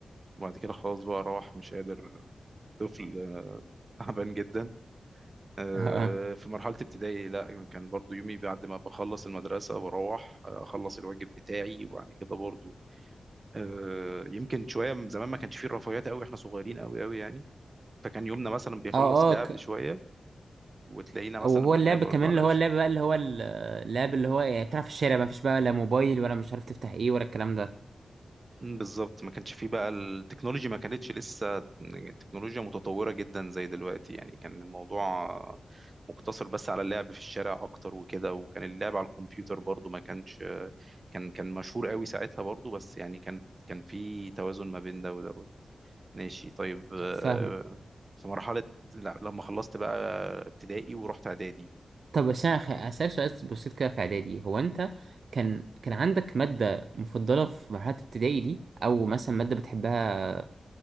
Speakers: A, on the right; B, on the right.
A: وبعد كده خلاص بقى راح مش قادر طفل تعبان جدا آه،
B: <laughs> اه اه
A: في مرحلة ابتدائي لا كان برضو يومي بعد ما بخلص المدرسة بروح آه، أخلص الواجب بتاعي وبعد كده برضو آه، يمكن شوية من زمان ما كانش فيه الرفاهيات قوي احنا صغيرين قوي قوي يعني فكان يومنا مثلا بيخلص
B: اه آه،
A: لعب
B: ك-
A: شوية وتلاقينا مثلا
B: وهو
A: بننام
B: اللعب
A: برضو
B: كمان
A: على
B: اللي هو اللعب بقى اللي هو ال- اللعب اللي هو يعني تلعب في الشارع بقى مفيش بقى لا موبايل ولا مش عارف تفتح ايه ولا الكلام ده
A: مم، بالظبط ما كانش فيه بقى التكنولوجي ما كانتش لسه تكنولوجيا متطورة جدا زي دلوقتي يعني كان الموضوع مقتصر بس على اللعب في الشارع اكتر وكده وكان اللعب على الكمبيوتر برضو ما كانش كان كان مشهور قوي ساعتها برضو بس يعني كان كان في توازن ما بين ده ودوت ماشي طيب آه،
B: فاهمه
A: في مرحلة لا لما خلصت بقى ابتدائي ورحت اعدادي
B: طب بس انا خ- هسألك سؤال بسيط كده في اعدادي هو انت كان كان عندك مادة مفضلة في مرحلة ابتدائي دي او مثلا مادة بتحبها